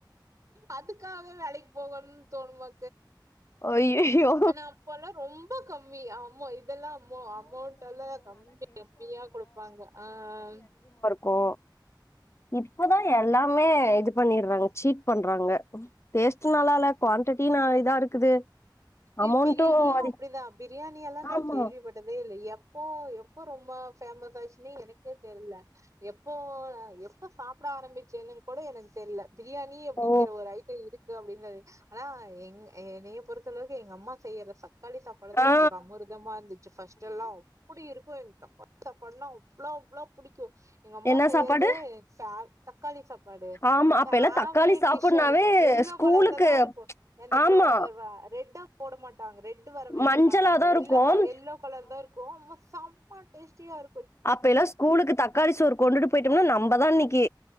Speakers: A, on the right (about 45°); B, on the left (about 35°).
A: அதுக்காகவே வேலைக்கு போகணுன் தோணுமா
B: ஐயையோ
A: ஆனா அப்பல்லா ரொம்ப கம்மி ஆமா இ இதெல்லா அம அமௌண்ட் எல்லா கம்மி கம்மியா குடுப்பாங்க அ அ
B: கோ இப்பதா எல்லாமே இது பண்ணிடுறாங்க சீட் பண்றாங்க டேஸ்ட் நல்லா இல்ல குவான்டிட்டி ந இதா இருக்குது
A: இ
B: அமௌண்ட்டு
A: பிரியாணியு
B: அதி
A: அப்டிதா பிரியாணியெல்லா நா
B: ஆமா
A: கேள்விப்பட்டதே இல்ல எப்போ எப்போ ரொம்ப பேஃமஸ் ஆச்சுன்னே எனக்கே தெர்ல எப்போ எப்போ சாப்பிட ஆரம்பிச்சேன்னு கூட எனக்கு தெர்ல பிரியாணி அப்படிங்கிற
B: ஓ
A: ஒரு ஐட்டோ இருக்கு அப்டின்றது ஆனா எங் எனைய பொறுத்த ளவுக்கு எங்க அம்மா செய்யற தக்காளி சாப்பாடு தா
B: ஆ
A: எங்களுக்கு அமிர்தமா இருந்துச்சு ஃபஸ்டெல்லா அப்டி இருக் கு <inaudible> சாப்படுனா அவ்ளோ அவ்ளோ புடிக்கு எங்க அம்மா
B: என்ன
A: செய்யறது
B: சாப்பாடு
A: <unintelligible> தக்காளி சாப் சாப்பாடு
B: ஆமா
A: ஃபேவரட்
B: அப்ப எல்லா தக்காளி சாப்புட்னாவே
A: டிஷ்ஷா இருக்கு எல்லோ
B: ஸ்கூலுக்கு
A: கலர்ல தா இருக்கு அந்த
B: ஆமா
A: ப்ரௌவ் இ வ ரெட்டா போட மாட்டாங்க ரெட் வர வெக்க
B: மஞ்சளாதா
A: மாட்டாங்க எல்லோ
B: இருக்கு
A: க எல்லோ கலர் தா இருக்கு சம்ம டேஸ்டியா இருக்
B: அப்ப எல்லாம் ஸ்கூலுக்கு தக்காளி சோர் கொண்டுட்டு போயிட்டோம்னா நம்மதான் அன்னைக்கு